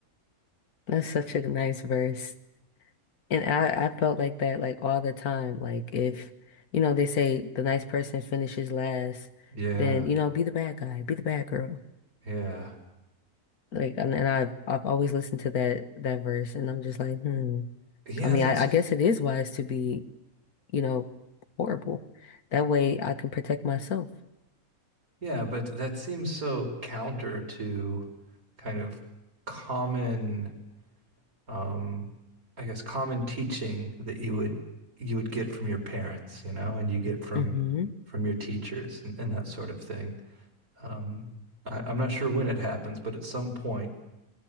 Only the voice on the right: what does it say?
Yeah,
yeah.
Yeah,
that's
Yeah, but that seems so counter to kind of common, um, I guess common teaching that you would you would get from your parents, you know, and you get from
from your teachers and, and that sort of thing. Um, I, I'm not sure when it happens, but at some point